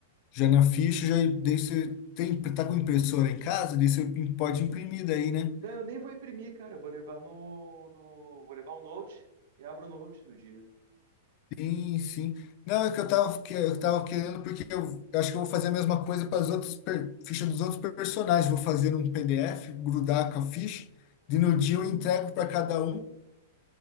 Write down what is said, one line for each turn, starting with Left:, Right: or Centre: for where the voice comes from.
Left: já na ficha, já daí você tem, tá com impressora em casa, daí você pode imprimir daí, né?
Right: Daí eu nem vou imprimir, cara. Eu vou levar no, no- vou levar o Note e abro o Note no dia.
Left: Sim, sim. Não, é que eu tava, que eu tava querendo, porque eu acho que eu vou fazer a mesma coisa para as outras per- fichas dos outros personagens. Vou fazer um PDF, grudar com a ficha, e no
Right: Uhum.
Left: dia eu entrego para cada um